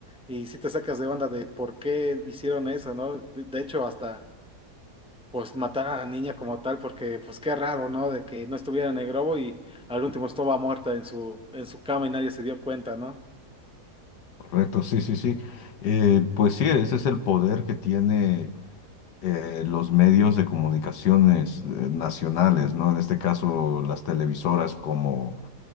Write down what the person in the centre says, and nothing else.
Y si te sacas de onda de por qué hicieron eso, ¿no? de de hecho, hasta pues matar a la niña como tal, porque pues qué raro, ¿no? De que no estuviera en el grobo y al último estaba muerta en su, en su cama y nadie se dio cuenta, ¿no?